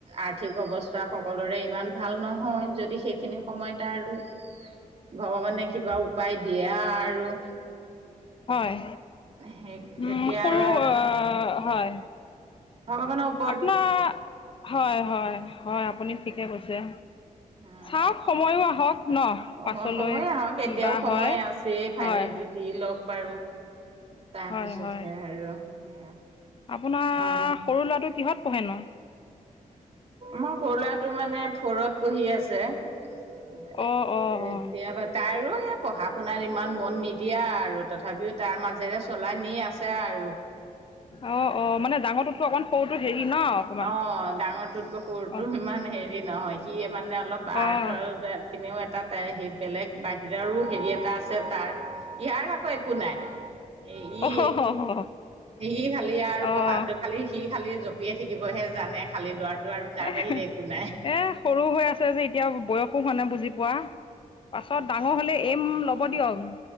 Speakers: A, on the right; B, on the left.
A: আৰ্থিক অৱস্থা। তাৰ সকলোৰে ইমান ভাল নহয়, যদি সেইখিনি সময়ত আৰু ভগৱানে। কিবা উপায় দিয়ে আৰু।
B: হয়,
A: সেই
B: উম,
A: তেতিয়া
B: সৰু
A: আৰু
B: হয়।
A: ভগবানৰ উপ
B: আপোনাৰ হয়, হয়। হয়, আপুনি ঠিকে কৈছে
A: হয়
B: চাওঁক সময়ো আহক। ন
A: সময়
B: পাছলৈ
A: সময়ে আহক
B: কিবা
A: এতিয়াও সময়
B: হয়
A: আছে ফাইনেলটোত।
B: হয়
A: দি লক বাৰু তাৰপিছতহে
B: হয় হয়
A: আৰু সেয়া।
B: আপোনাৰ।
A: অ'।
B: সৰু ল'ৰাটো কিহত পঢ়েনো?
A: মোৰ সৰু ল'ৰাটো মানে ফৰত পঢ়ি আছে। এতিয়া
B: অঁ অঁ অঁ
A: বাত তাইো সেই পঢ়া শুনাত ইমান মন নিদিয়া আৰু তথাপিও তাৰ মাজেৰে চলাই নি আছে আৰু
B: অ', অ', মানে ডাঙৰটোত কৈ অকমান সৰুটো হেৰি ন অকণমান
A: অ', ডাঙৰটোত ক সুৰটো
B: অঁ
A: ইমান হেৰি নহয় সি মানে অলপ আৰ্থৰ
B: অঁ
A: পিনেও এটা সেই বেলেগ বাহিৰৰো হেৰি এটা আছে তাৰ ইয়াৰ একো নাই এ
B: অঁ
A: ই
B: অঁ
A: ই খালি আৰু
B: অঁ
A: পঢ়া খালি সি খালি জঁপিয়ে থাকিবহে জানে খালি লৰাটো আৰু তাৰ
B: এ এ
A: বাহিৰে একো নাই।
B: সৰু হৈ আছে যে এতিয়া বয়সো হোৱা নাই বুজি পোৱা। পাছত ডাঙৰ হলে এম ল'ব দিয়ক।